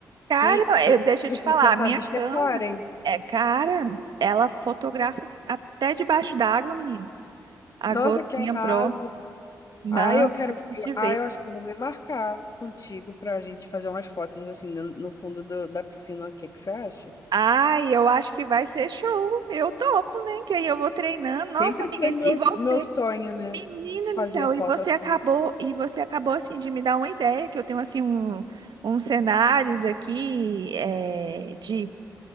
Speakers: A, on the right; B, on the left.
A: cara,
B: Que, que,
A: eu- deixa eu te falar,
B: porque essa
A: a minha
B: bicha
A: câmera
B: é cara, hein?
A: é cara, ela fotografa até debaixo d'água, menina. A
B: Nossa,
A: Gotinha
B: que arraso!
A: Pro. Não,
B: Ai, eu quero.
A: eu preciso
B: eu-
A: te ver.
B: Ai, eu acho que eu vou me marcar contigo pra gente fazer umas fotos assim no, no fundo do- da piscina. O que que você acha?
A: Ai, eu acho que vai ser show. Eu topo, né? Que aí eu vou treinando.
B: Sempre
A: Nossa, amiga,
B: foi meu,
A: e você?
B: meu sonho, né?
A: Menina
B: Fazer
A: do céu, e
B: foto
A: você
B: assim.
A: acabou, e você acabou assim de me dar uma ideia, que eu tenho assim um, uns cenários aqui é, de